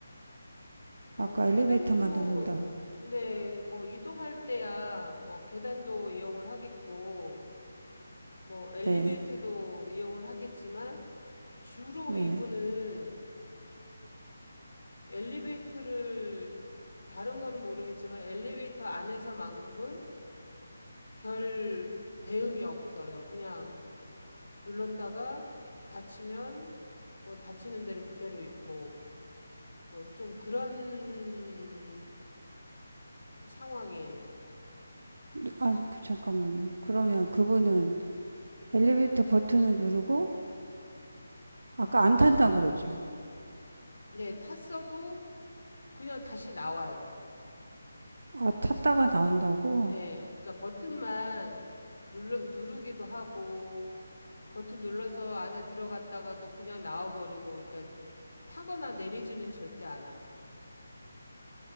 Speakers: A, on the right; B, on the left.
A: 아까
B: 어, 계단으로
A: 엘리베이터만 누른다.
B: 네, 뭐 이동할 때야 뭐 계단도 이용을 하겠고 뭐 엘리베이터도
A: 네.
B: 이용을 하겠지만 주로
A: 네.
B: 이분은 엘리베이터를 다른 거는 모르겠지만 엘리베이터 안에서만큼은 별 대응이 없어요. 그냥 눌렀다가 다치면 뭐 다치는 대로 그대로 있고 뭐 좀 그런 상황이에요.
A: 아, 그 잠깐만요. 그러면 그분은 엘리베이터 버튼을 누르고 아까 안 탄다 그랬죠?
B: 예, 탔어도 그냥 다시 나와요.
A: 아, 탔다가 나온다고?
B: 예, 그러니까 버튼만 눌러, 누르기도 하고 버튼 눌러서 안에 들어갔다가도 그냥 나와버리고 그러니까 타거나 내리지는 절대 않아요.